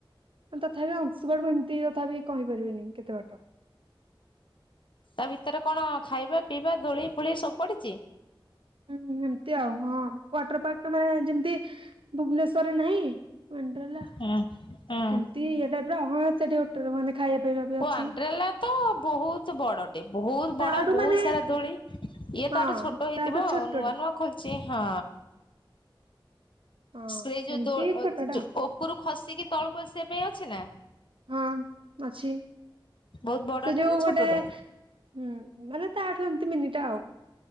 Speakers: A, on the right; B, on the left.
A: ତଥାପି ଅଂଶୁପା ମୁ ଏମିତି ତଥାପି କହିପାରିବିନି କେତେ ବାଟ
B: ତା ଭିତରେ କଣ ଖାଇବା ପିଇବା ଦୋଳି ଫୋଳି ସବୁ ପଡିଛି
A: ହୁଁ ସେମତି ଆଉ ହଁ ୱାଟର ପାର୍କଟା ମାନେ ଯେମତି ଭୁବନେଶ୍ଵରରେ ନାହିଁ ୱଣ୍ଡ୍ରେଲା
B: ହୁଁ ହୁଁ
A: ଏମତି ଏଟା ପୁରା ହଁ ସେଡିଟରେ ମାନେ <unintelligible> ବି ଅଛି
B: ୱଣ୍ଡ୍ରେଲା ତ ବହୁତ ବଡ ଟେ ବହୁତ
A: ତାଠୁ
B: ବଡ ବହୁତ
A: ମାନେ
B: ସାରା ଦୋଳି ଇଏ।
A: ହଁ
B: ତାଠୁ ଛୋଟ ହେଇଥିବ
A: ତାଠୁ
B: ଆଉ
A: ଛୋଟଟା
B: ନୂଆ ନୂଆ ଖୋଲିଛି ହଁ
A: ହଁ
B: ସ୍ପ୍ରେ ଯୋଉ
A: ଏମିତି ଛୋଟଟା ଆଉ।
B: ଉପରୁ ଖସିକି ତଳକୁ ଆସିବା ପାଇଁ ଅଛି ନା
A: ହଁ ଅଛି।
B: ବହୁତ ବଡଟେ
A: ସେ ଯୋଉ
B: ନା ଛୋଟଟେ?
A: ଗୋଟେ ହଁ ମାନେ ତାଠୁ ଏମିତି ମିନିଟା ଆଉ